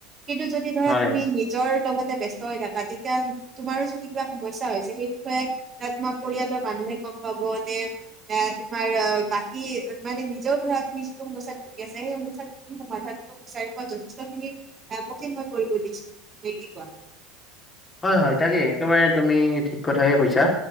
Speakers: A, on the right; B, on the left.
A: কিন্তু যদি ধৰা
B: হয়
A: তুমি নিজৰ লগতে ব্যস্ত হৈ থাকা তেতিয়া তোমাৰো যদি কিবা সমস্যা হৈছে সেই বিষয়ে তোমাৰ পৰিয়ালৰ মানুহে গম পাব নে এ তোমাৰ আহ বাকী মানে নিজৰ ধৰা তুমি যিটো সমস্যাত ভুগি আছে সেই সমস্যাত সমাধানটো বিচাৰি পোৱাত যথেষ্টখিনিত অ কঠিন হৈ পৰিব দিছো নে কি কোৱা।
B: হয় হয় তাকে একেবাৰে তুমি ঠিক কথাহে কৈছা।